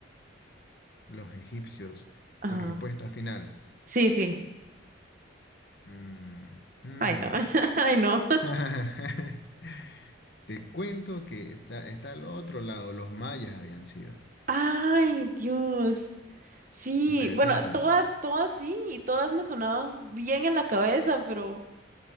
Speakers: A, on the left (about 55°); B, on the right (about 40°).
A: Los egipcios.
B: Ah,
A: Tu respuesta final.
B: sí, sí.
A: Mm, mm.
B: Ay, no. <laughs> Ay, no.
A: <laughs> Te cuento que está, está al otro lado. Los mayas habían sido.
B: Ay, Dios. Sí,
A: Interesante.
B: bueno, todas, todas sí, y todas me sonaban bien en la cabeza, pero